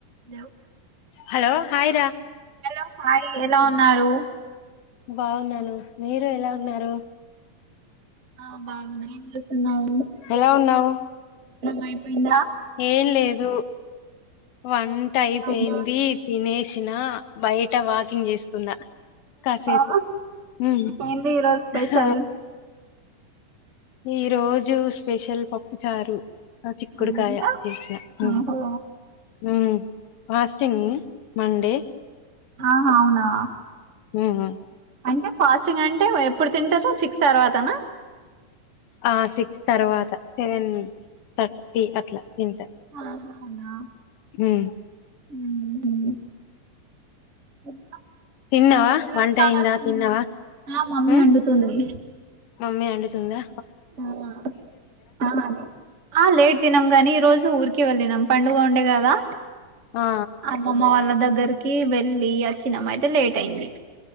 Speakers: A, on the right; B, on the left.
A: Hello
B: hello హయరా
A: hello మాయి ఎలా ఉన్నారు
B: బాగున్నాను మీరు ఎలా ఉన్నారు
A: ఆ బాగున్నా ఏం చేస్తున్నావ్
B: ఎలా ఉన్నావు
A: అయి పోయిం
B: ఏం లేదు వంట అయి
A: అవునా
B: పోయింది తినేసీ చ్చిన బయట ట్ట వాకింగ్ చేస్తున్నా కాసేపు.
A: ఓహో
B: హ్
A: ఏంది ఈరోజు స్పెషల్
B: హ ఈ రోజు స్పెషల్ పప్పు చారు ఆ చికడుకాయ
A: అవునా ఇంకా
B: శేష హ్
A: ఓహో
B: ఫాస్టింగ్ మండే
A: ఆహా అవునా
B: హ్ హ్
A: అంటే ఫాస్టింగ్ అంటే ఎప్పుడు తింటారు. సిక్స్ తర్వాతనా
B: ఆ సిక్స్ తర్వాత సెవెన్ థర్టీ అట్లా తింట
A: ఆహా అవునా
B: ఆ
A: మ్మ్. ఇంకా
B: తిన్నావా
A: పిల్లలకు
B: వంట
A: ఆకలీ
B: అయిందా
A: ఏస్తుంది.
B: తిన్నావా
A: ఆ మమ్మీ
B: ఉమ్
A: వండుతుంది
B: మమ్మీ అండుతుందా
A: ఉ ఆ లేట్ తినం గని ఈ రోజు ఊర్ కి వెళ్ళినం పండుగ ఉండే గాదా
B: ఆ
A: అమమ్మ వల్ల దగ్గర దగ్గరికి వెల్లి అచ్చినం అయితే లేట్ అయింది.